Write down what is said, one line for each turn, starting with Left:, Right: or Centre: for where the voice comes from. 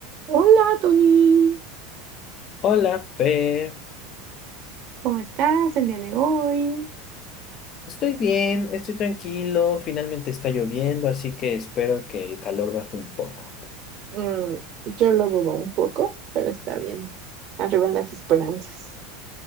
Right: Hola, Tony.
Left: Hola, Fer.
Right: ¿Cómo estás el día de hoy?
Left: Estoy bien, estoy tranquilo. Finalmente está lloviendo, así que espero que el calor baje un poco.
Right: Mm, yo lo dudo un poco, pero está bien. Arriba las esperanzas.